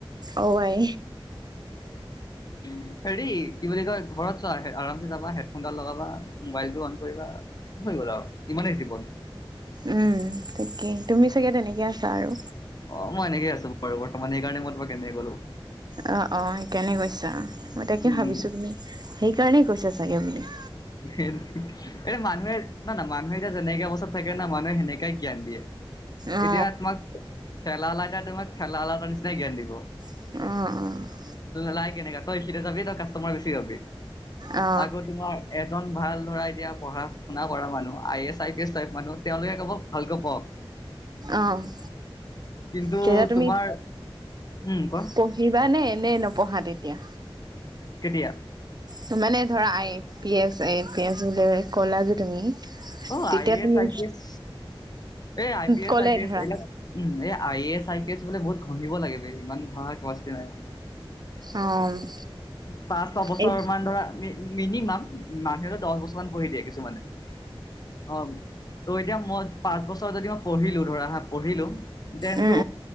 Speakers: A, on the right; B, on the left.
A: অ আই
B: <unintelligible> হেৰি কি বুলি কই ঘৰত চোৱা আৰামচে যাবা, হেডফোনডাল লগাবা, মোবাইলটো অন কৰিবা হৈ গ'ল আৰু ইমানেই জীৱন।
A: উম। ঠিকেই তুমি চাগে তেনেকে আছা‌ আৰু।
B: অ', মই এনেকে আছো বাৰু বৰ্ত্তমান এই কাৰণে মই তোমাক এনেকে কলো।
A: অ', অ', সেইকাৰণে কৈছা মই তাকে
B: উম
A: ভাবিছো, তুমি সেইকাৰণেই কৈছা চাগে বুলি।
B: <inaudible> এতিয়া মানুহে না মানুহে এতিয়া যেনেকে অৱস্থাত থাকে না মানুহে সেনেকাই জ্ঞান দিয়ে।
A: অ
B: এতিয়া তোমাক, ঠেলা অলা এটা তোমাক ঠেলা অলা এটাৰ নিচিনাই জ্ঞান দিব।
A: অ', অ'।
B: লাই কেনেকা তই এইখিতে যাবি তই কাষ্টমাৰ বেছি পাবি,
A: অ অ
B: আকৌ তোমাৰ এজন ভাল ধৰা এতিয়া পঢ়া শুনা কৰা মানুহ I S, I P S type মানুহ তেওঁলোকে ক'ব ভালকৈ পঢ়।
A: অ',
B: কিন্তু
A: যিহে তুমি
B: তোমাৰ উম ক
A: পঢ়ি যিমানেই এনেই নপঢ়া তেতিয়া।
B: কেতিয়া?
A: ত মানে ধৰা আই পি এছ, আ পি এছ বুলি ক'লা যে তুমি।
B: অ',
A: তেতিয়া
B: আই
A: তুমি
B: এছ, আই পি এছ, এই আই পি এছ,
A: ক'লে
B: আই পি এ
A: ধৰা
B: উম, এই I A S, I P S বোলে বহুত ঘঁহিব লাগিব বে ইমান ঘঁহা কেপাচিটি নাই মোৰ।
A: অ'।
B: পাঁচ ছ বছৰ
A: এই
B: মান ধৰামি মিনিমাম, মানুহ দহ বছৰমান পঢ়ি দিয়ে কি <unintelligible> অ'। ত' এতিয়া মই পাঁচ বছৰ যদি মই পঢ়িলো ধৰা হা পঢ়িলো দেনটো
A: উম